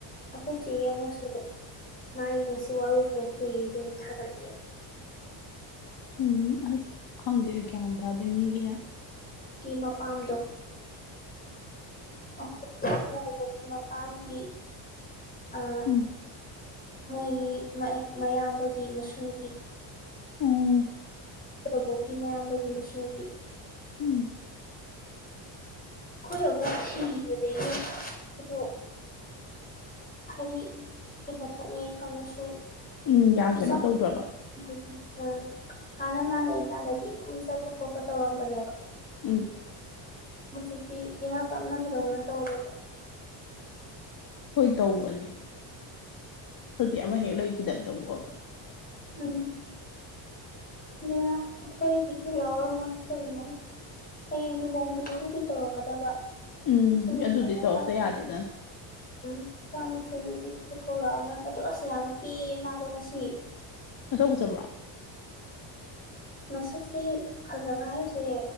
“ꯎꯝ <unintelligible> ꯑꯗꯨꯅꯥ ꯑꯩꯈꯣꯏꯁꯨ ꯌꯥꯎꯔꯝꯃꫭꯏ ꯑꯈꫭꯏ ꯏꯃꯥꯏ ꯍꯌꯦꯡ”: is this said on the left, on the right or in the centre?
Left